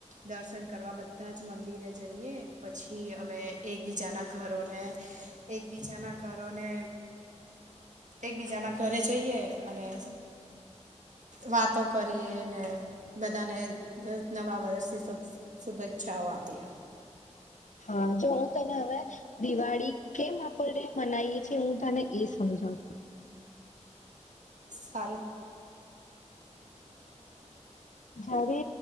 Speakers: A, on the right; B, on the left.
A: દર્શન કરવા બધા જ મંદિરે જઈએ પછી અમે એકબીજાના ઘરોને એકબીજાના ઘરોને એકબીજાના ઘરે જઈએ અને વાતો કરીએ ને બધાને નવા વર્ષથી શુભ શુભેચ્છાઓ વાવાતી્યા
B: હા જો હું તને હવે દિવાળી કેમ આપણને મનાવીએ છ છેીએ હું તને એ સમજાવ છ
A: સાર <inaudible>
B: જારે